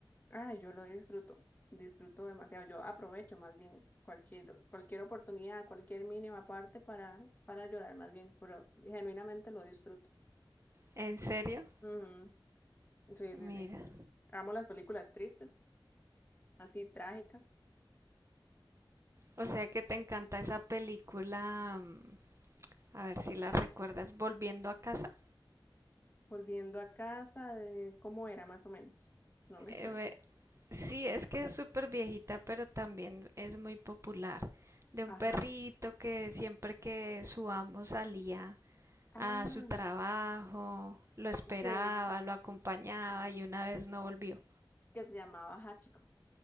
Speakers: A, on the left; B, on the right.
A: Ay, yo lo disfruto, disfruto demasiado. Yo aprovecho más bien cualquier, cualquier oportunidad, cualquier mínima parte para, para llorar más bien, pero genuinamente lo disfruto.
B: ¿En serio?
A: Ujú, Sí,
B: Mira.
A: sí, sí. Amo las películas tristes, así trágicas.
B: O sea que te encanta esa película, mm, a ver si la recuerdas, Volviendo a casa.
A: Volviendo a casa, de cómo era más o menos. No me
B: Eh,
A: suena.
B: sí, es que es súper viejita, pero también es muy popular. De
A: Ajá.
B: un perrito que siempre que su amo salía
A: Ah,
B: a su trabajo, lo esperaba,
A: que,
B: lo acompañaba
A: ah,
B: y una vez no volvió.
A: que se llamaba Hachiko.